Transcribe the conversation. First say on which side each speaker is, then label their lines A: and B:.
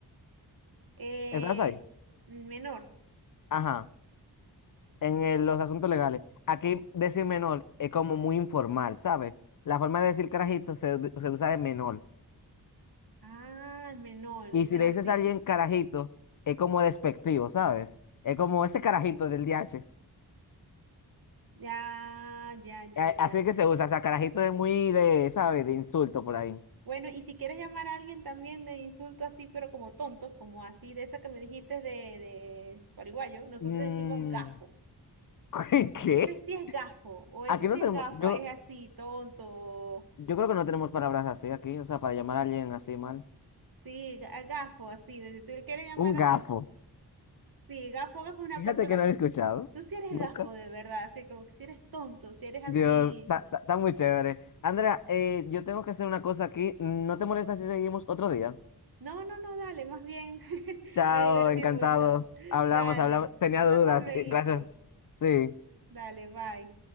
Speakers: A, on the right (about 55°); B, on the left (about 50°).
A: Eh,
B: ¿Estás ahí?
A: el menor.
B: Ajá, en el- los asuntos legales. Aquí decir menor es como muy informal, ¿sabes? La forma de decir carajito se, se usa de menor.
A: Ah, el menor,
B: Y
A: dicen
B: si le
A: así.
B: dices a alguien carajito, es como despectivo, ¿sabes? Es como ese carajito del DH.
A: Ya, ya, ya,
B: A-
A: ya.
B: Así que se usa, o sea, carajito es muy de, ¿sabes? De insulto por ahí.
A: Bueno, y si quieres llamar a alguien también de insulto así, pero como tonto, como así de esa que me dijiste de, de Paraguayo, nosotros
B: Mm,
A: decimos gafo.
B: <laughs> ¿Qué?
A: Ese sí es gafo, o esa
B: Aquí
A: sí
B: no tenemos,
A: es gafa,
B: yo,
A: es así, tonto.
B: yo creo que no tenemos palabras así aquí, o sea, para llamar a alguien así mal.
A: Sí, ga- gafo, así. Si tú quieres llamar
B: Un
A: a alguien,
B: gafo.
A: sí, gafo, gafo es una
B: Fíjate
A: persona.
B: que
A: que-
B: no lo he escuchado.
A: Tú sí eres
B: Nunca.
A: gafo de verdad, así como que si eres tonto, si eres así.
B: Dios, está está- está muy chévere. Andrea, eh, yo tengo que hacer una cosa aquí. ¿No te molesta si seguimos otro día?
A: No, no, no, dale, más bien. <laughs>
B: Chao,
A: Me divertí
B: encantado.
A: mucho.
B: Hablamos,
A: Dale,
B: hablamos. Tenía
A: hablamos
B: dudas.
A: lueguito.
B: eh, Gracias. Sí.
A: Dale, bye.